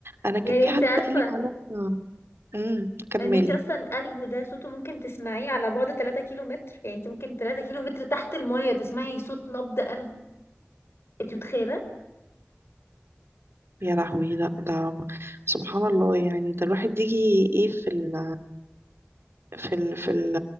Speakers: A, on the right; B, on the left.
A: انا كان
B: يعني
A: في
B: انت
A: حد
B: عارفه
A: قال لي معلومه امم كملي
B: ان انت اصلا قلبه ده صوته ممكن تسمعيه على بعد 3 كيلو متر يعني انت ممكن 3 كيلو متر تحت المية تسمعي صوت نبض قلبه انت متخيله
A: يا لهوي ده ده سبحان الله يعني ده الواحد يجي ايه في ال في ال في ال